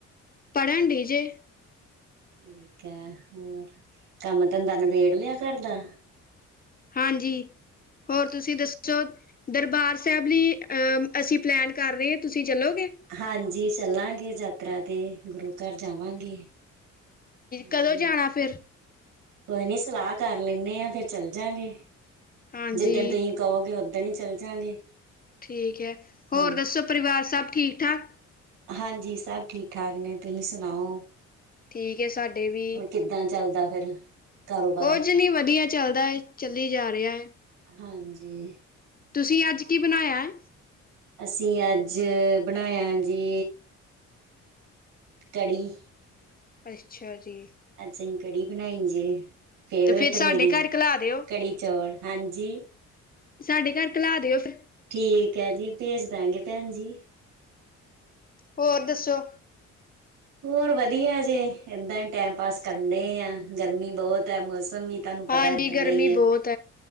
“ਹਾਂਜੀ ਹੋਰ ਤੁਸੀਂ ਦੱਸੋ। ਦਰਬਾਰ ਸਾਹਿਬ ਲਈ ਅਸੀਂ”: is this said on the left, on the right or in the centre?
Left